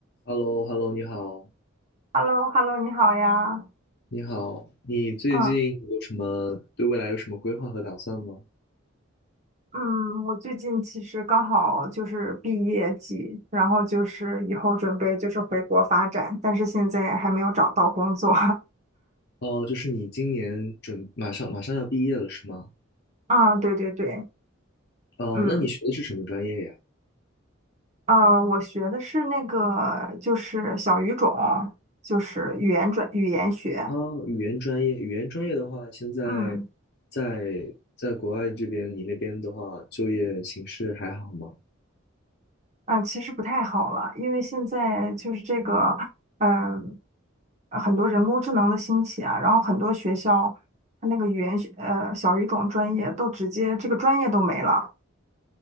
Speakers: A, on the left; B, on the right.
A: h e l l o h e l l o 你好，
B: Hello，Hello，你好呀。
A: 你好，你最近有什么对未来有什么规划和打算吗？
B: 嗯嗯，我最近其实刚好就是毕业季，然后就是以后准备就是回国发展，但是现在还没有找到工作。<laughs>
A: 哦，就是你今年准马上马上要毕业了是吗？
B: 啊，对对对，
A: 哦，
B: 嗯
A: 那你学的是什么专业呀？
B: 啊，我学的是那个就是小语种，就是语言转语言学。
A: 哦，语言专业，语言专业的话，现在
B: 嗯。
A: 在在国外这边，你那边的话，就业形势还好吗？
B: 啊，其实不太好了，因为现在就是这个，嗯，呃很多人工智能的兴起啊，然后很多学校它那个语言学呃小语种专业都直接这个专业都没了。